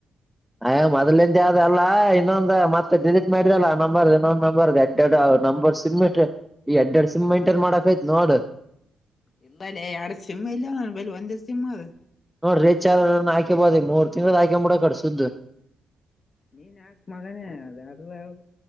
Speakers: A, in the centre; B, on the left.
A: ಅಯ್ ಮೊದ್ಲಿಿಂದಾವ್ದ ಅಲ್ಲ ಇನ್ನೊಂದು್ ಮತ್ತತ್ ಡಿಸಿಟ್ ಮಾಡಿದೆಲ್ಲ ನಂಬರ್ ಇನ್ನೊಂದ ನಂಬರ್ಡ್ ದಡ್ ನಂಬರ್ ಸಿಮ್ ಈ ಎಡ್ ಎರಡ್ ಸಿಮ್ ಮೈಂಟೈನ್ ಮಾಡಕಕ್ ಆಯ್ತ್ ನೋಡ್
B: ಇಲ್ಲಲ್ಲ ಅಡ ಸಿಮ್ಮ ಇಲ್ಲ ಬ ಒಂದ ಸಿಮಮ್ಮ ಅದ
A: ನೋಡ್ರಿೀ ಚಾರ್ ಹಾಕಬೋದ ಮೂರ್ ತಿಂಗಳ ಹಾಕಂಬ ಬಿಡ ಸುದ
B: ನೀನ್ ಯಾಕ್ ಮಗನೇ ಅ ಯಾರ ಹ್ದ